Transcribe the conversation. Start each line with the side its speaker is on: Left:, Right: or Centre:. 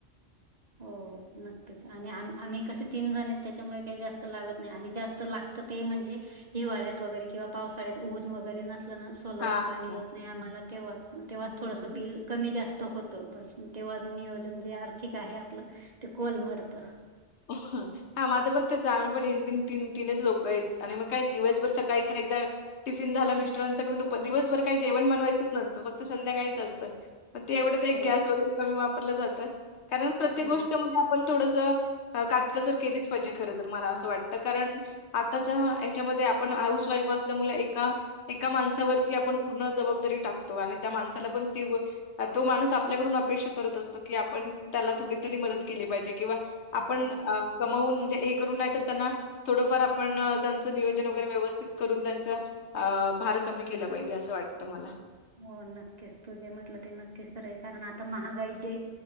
Left: <unintelligible>
Right: हो नक्कीच आणि आम आम्ही कसे तीन जण आहेत त्याच्यामुळे, काही जास्त लागत नाही आणि जास्त लागतं ते म्हणजे हिवाळ्यात वगैरे किंवा पावसाळ्यात ऊन वगैरे नसल ना सोलरचं
Left: हां.
Right: पाणी
Left: हो.
Right: येत नाही आम्हाला तेव्हाच मग तेव्हाच
Left: हं,
Right: थोडंसं
Left: हं, हं.
Right: बिल कमी जास्त होत. बस मग तेव्हा नियोजन जे आर्थिक आहे आपलं ते कोलमडत
Left: हो हा माझं पण तेच आम्ही पण इनमिन तीन तीनच लोक आहेत आणि मग काय दिवसभर सकाळी तर एकदा टिफिन झाला मिस्टरांचा की दुपार, दिवसभर काही जेवण बनवायचंच नसतं फक्त संध्याकाळीच असतं. मग ते एवढं ते एक
Right: हो,
Left: गॅस वगैरे कमी वापरलं जातं, कारण प्रत्येक
Right: हो,
Left: गोष्टमध्ये आपण थोडसं काटकसर केलीच पाहिजे खरंतर, मला असं वाटतं कारण आताच्या ह्याच्यामध्ये आपण हाऊस वाईफ असल्यामुले एका एका माणसावरती आपण पूर्ण जबाबदारी टाकतो, आणि त्या माणसाला पण ती गो तो माणूस आपल्याकडून अपेक्षा करत असतो की आपण त्याला थोडी तरी मदत केली पाहिजे किंवा आपण
Right: हो.
Left: अ कमावून म्हणजे, हे करून नाही तर त्यांना थोडंफार आपण त्यांचं नियोजन वगैरे व्यवस्थित करून त्यांच्या भार कमी केला पाहिजे असं वाटतं मला
Right: हो नक्कीच तू जे म्हटलं ते नक्कीच खरं ए कारण आता महागाईचे